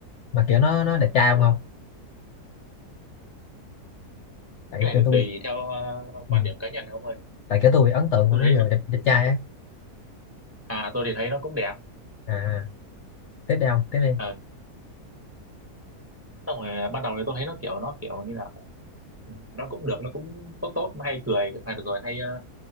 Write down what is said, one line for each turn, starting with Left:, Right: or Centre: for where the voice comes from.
Left: Mà kiểu nó nó đẹp trai không không? tại
Right: cái
Left: tôi
Right: này thì
Left: tôi
Right: tùy
Left: bị
Right: theo ờ, quan
Left: ừ,
Right: điểm cá nhân của ông ơi
Left: tại cái tôi bị ấn tượng với
Right: tôi
Left: mấy
Right: thấy
Left: người đẹp, đẹp trai á
Right: à tôi thì thấy nó cũng đẹp
Left: à tiếp đi ông tiếp đi
Right: Ờ, xong rồi ban đầu thì tôi thấy nó kiểu nó kiểu như là ừ, nó cũng được nó cũng tốt tốt nó hay cười hay được rồi hay ờ,